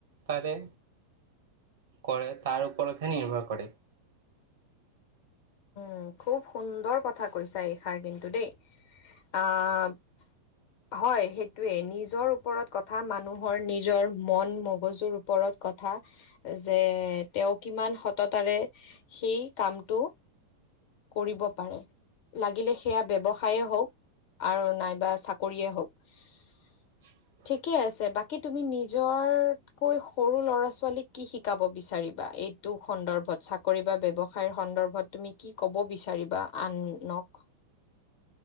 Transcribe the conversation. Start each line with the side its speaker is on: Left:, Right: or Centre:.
Right: তাৰে কৰে তাৰ ওপৰতহে নিৰ্ভৰ কৰে
Left: উম, খুব সুন্দৰ কথা কৈছা এইষাৰ কিন্তু দেই আহ হয় সেইটোয়ে নিজৰ ওপৰত কথা মানুহৰ নিজৰ মন মগজুৰ ওপৰত কথা যে তেওঁ কিমান সততাৰে সেই কামটো কৰিব পাৰে লাগিলে সেয়া ব্যৱসায়ে হওঁক আৰু নাইবা চাকৰিয়ে হওঁক
Right: <inaudible>
Left: ঠিকে আছে বাকী তুমি নিজৰকৈ সৰু ল'ৰা ছোৱালীক কি শিকাব বিচাৰিবা এইটো সন্দৰ্ভত চাকৰি বা ব্যৱসায়ৰ সন্দৰ্ভত তুমি কি ক'ব বিচাৰিবা আনক